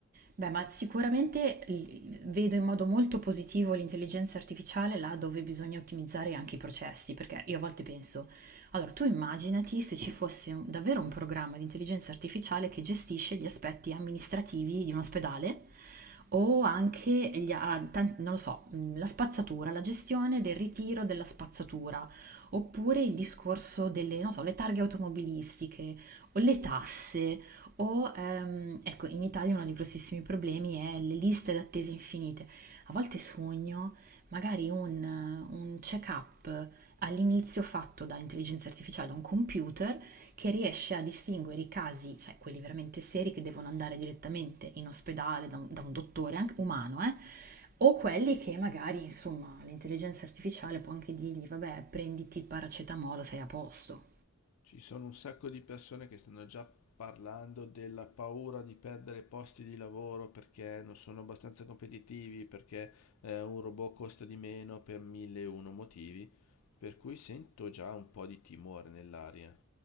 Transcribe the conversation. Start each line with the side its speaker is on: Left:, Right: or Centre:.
Right: Beh, ma sicuramente l- vedo in modo molto positivo l'intelligenza artificiale là dove bisogna ottimizzare anche i processi, perché io a volte penso, allora tu immaginati se ci fosse un- davvero un programma di intelligenza artificiale che gestisce gli aspetti amministrativi di un ospedale o anche gli a- tan- non lo so, mh, la spazzatura, la gestione del ritiro della spazzatura, oppure il discorso delle, non so, le targhe automobilistiche o le tasse. O, ehm, ecco, in Italia uno dei grossissimi problemi è le liste d'attesa infinite. A volte sogno magari un, un check-up all'inizio fatto da intelligenza artificiale, da un computer, che riesce a distinguere i casi, sai, quelli veramente seri che devono andare direttamente in ospedale da un, da un dottore anche umano, eh, o quelli che magari, insomma, l'intelligenza artificiale può anche dirgli, vabbè, prenditi paracetamolo, sei a posto.
Left: Ci sono un sacco di persone che stanno già parlando della paura di perdere posti di lavoro perché non sono abbastanza competitivi, perché eh, un robot costa di meno per mille e uno motivi, per cui sento già un po' di timore nell'aria.